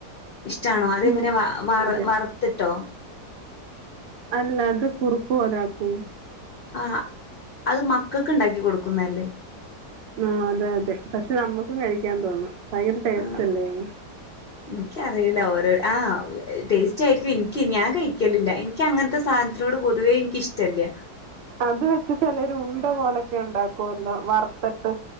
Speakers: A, on the left; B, on the right.
A: ഇഷ്ടാണോ അത
B: ഉം
A: ങ്ങനെ വർ
B: അതെ
A: വ ർ ത്തിട്ടോ
B: അല്ല അത് കുറുക്കപോലാക്കും
A: ആഹ് അത് മക്കൾക്ക് ഉണ്ടാക്കി കൊടുക്കുന്നല്ലേ
B: ആഹ് അതെ അതെ പക്ഷെ നമ്മുക്കും കഴിക്കാൻ തോന്നും ഭയങ്കര ടേസ്റ്റ്
A: ആ
B: അല്ലേന്
A: എനിക്കറിയൂല ഓരോ ആഹ് ടേസ്റ്റ് ഇഷ്ടായിരിക്കും എനിക്ക് ഞാൻ കഴിക്കലില്ല എനിക്ക്ങ്ങനത്തെ സാധനത്തിനോട് പൊതുവേ എനിക്കിഷ്ടമല്ല
B: അത് വെച്ച് ചിലർ ഉണ്ട പോലൊക്കെ ഉണ്ടാക്കുവല്ലോ വറത്തട്ട്